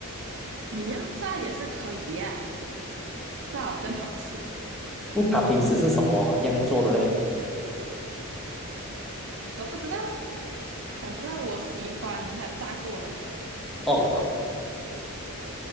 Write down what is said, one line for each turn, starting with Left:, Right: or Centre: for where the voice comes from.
Right: 你要炸也是可以啊，炸好更好吃。
Centre: 嗯它平时是什么样做的嘞？
Right: 我不知道，反正我喜欢它炸过的。
Centre: 哦，